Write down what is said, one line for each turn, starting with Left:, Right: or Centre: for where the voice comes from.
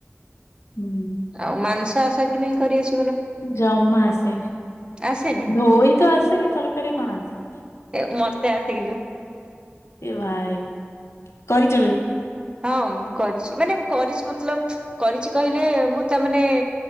Left: ହୁଁ
Right: ଆଉ ମାଂସ ଆଶେ କି ନାହିଁ କରିଆସି
Left: ଜମା ଆସେ ନି
Right: ଆସେନି
Left: ଧୋଇ ତ ଆସ ନି ତରକାରୀ କଣ ଅସିବ।
Right: ଏ ମତେ ଆସେ କିନ୍ତୁ।
Left: ଏ ଭାଇ କରିଛ ତମେ?
Right: ହଁ ମୁଁ କରିଛି ମାନେ କରିଛି ମତଲବ କରିଛି କହିଲେ ମୁଁ ତା ମାନେ